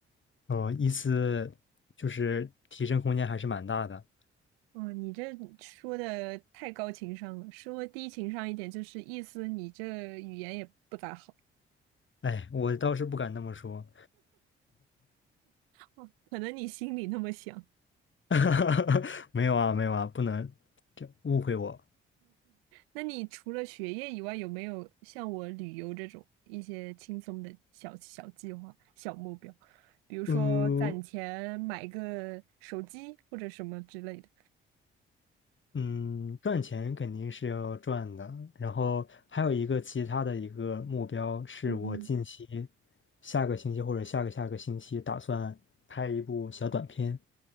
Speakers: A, on the left (about 40°); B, on the right (about 80°).
A: 哦，意思就是提升空间还是蛮大的。
B: 嗯，你这说的太高情商了，稍微低情商一点就是意思你这语言也不咋好，
A: 哎，我倒是不敢那么说。
B: 哦，可能你心里那么想。
A: <laughs> 哈哈，没有啊，没有啊，不能这误会我。
B: 那你除了学业以外，有没有像我旅游这种一些轻松的小小计划、小目标？比如说攒钱买个手机或者什么之类的。
A: 嗯嗯，赚钱肯定是要赚的，然后还有一个其他的一个目标是我近期
B: 嗯，
A: 下个星期或者下个下个星期打算拍一部小短片。